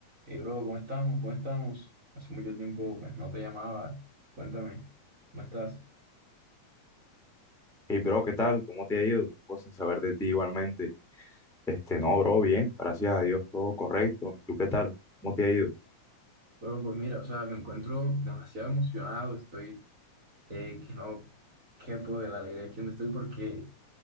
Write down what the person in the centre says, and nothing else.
Hey, bro, ¿qué tal? ¿Cómo te ha ido? Tiempo sin saber de ti igualmente. Este, no, bro, bien, gracias a Dios, todo correcto. ¿Tú qué tal? ¿Cómo te ha ido?